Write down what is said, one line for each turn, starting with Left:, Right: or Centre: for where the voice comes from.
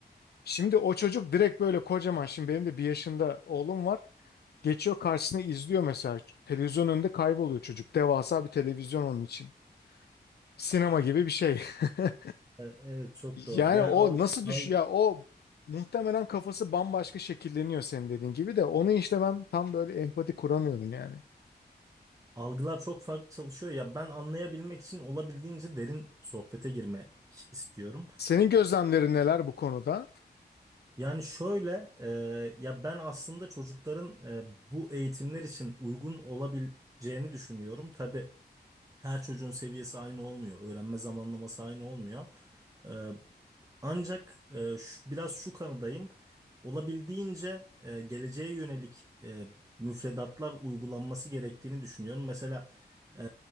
Left: Şimdi o çocuk direkt böyle kocaman şimdi benim de bir yaşında oğlum var. Geçiyor karşısına izliyor mesela. Televizyon önünde kayboluyor çocuk. Devasa bir televizyon onun için. Sinema gibi bir şey. <laughs>
Right: E, evet çok doğru.
Left: Yani
Right: Yani
Left: o
Right: al-
Left: nasıl düş
Right: al-
Left: ya o muhtemelen kafası bambaşka şekilleniyor senin dediğin gibi de onu işte ben tam böyle empati kuramıyorum yani.
Right: algılar çok farklı çalışıyor. Ya ben anlayabilmek için olabildiğince derin sohbete girmek istiyorum.
Left: Senin gözlemlerin neler bu konuda?
Right: Yani şöyle, e, ya ben aslında çocukların e, bu eğitimler için uygun olabileceğini düşünüyorum. Tabii her çocuğun seviyesi aynı olmuyor, öğrenme zamanlaması aynı olmuyor. E, ancak e, şu- biraz şu kanıdayım. Olabildiğince e, geleceğe yönelik e, müfredatlar uygulanması gerektiğini düşünüyorum. Mesela e,